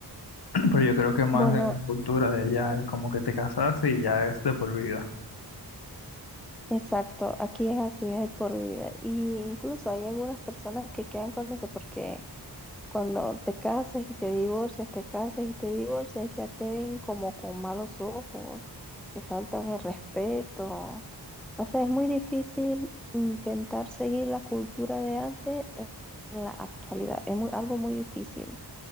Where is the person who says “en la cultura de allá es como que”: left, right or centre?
Left